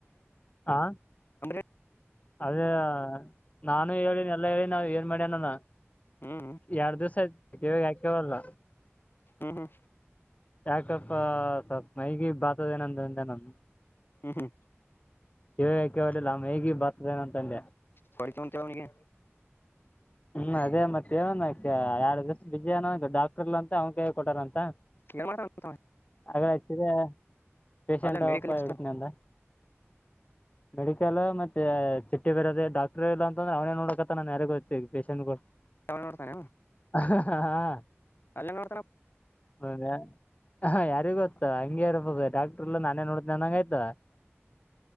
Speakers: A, on the left; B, on the left.
A: ಆ
B: <unintelligible>
A: ಅದೇ ನಾನು ಹೇಳಿ ಎಲ್ಲ ಹೇಳಿ ನಾವ ಏನ್ ಮಾಡಿ ಅನಾನ
B: ಹ್ಮ್ ಹ್ಮ್
A: ಎರಡ್ ದಿವ್ಸ ಆಯ್ತ ಕಿವ್ಯಾಗಕ್ಯವಲ್ಲ
B: ಹ್ಮ ಹ್ಮ್
A: ಯಾಕಪ್ಪ ಸ್ವಲ್ಪ ಮೈಗಿ ಬಾತದೇಏನಂದಂತೆ ನಾನು
B: ಹ್ಮ್ ಹ್ಮ್
A: ಕೇವಿಗಕ್ಯ ಹೊಲ್ಲ ಮೈ ಗಿಯ ಬರ್ತದೇನ ಅಂತಂದೆ
B: ಹೊಡಿತ ಒನ್ಂತವ ನಿಗೆ
A: ಹ್ಮ್ ಅದೇ ಮತ್ತೆವ ಎರಡು ದಿವಸ ಬಿಜಯನ ಡಾಕ್ಟರ್ಲ್ಲ ಅಂತ ಅವ್ನ ಕೈ ಕೊಟಾರಂತ
B: ಏನ್ ಮಾಡ್ತಾನ
A: ಆಗಳೆ ಹಚ್ಚಿದೆ ಪೇಶಂಟ್ಪ್ಪ
B: ಅಲ್ಲ ಮೆಡಿಕಲ್ ಅಷ್ಟಲ್
A: ಇಡತನಿ ಅಂದ ಮೆಡಿಕಲ್ ಮತ್ತೆ ಚಿಟ್ಟಿ ಬರದದೆ ಡಾಕ್ಟರ್ ಇಲ್ಲ ಅಂತಂದ್ರೆ ಅವನೇನ್ ನೋಡಕತ್ತ ನ ಯಾರ ಪೇಷಂಟ್ ಗಳು ಕೊ
B: ನೋಡ್ತಾನೆ
A: ಹ
B: ಅಲ್ಲೇ ನೋಡ್ತಾನ
A: ಹೌದ ಹ ಯಾರಿಗ ಗೊತ್ತ ಹಂಗೆ ಇರ್ಬದೆ ಡಾಕ್ಟ್ರಲ್ಲ ನಾನೇ ನೋಡ ನನಂಗಾಯ್ತ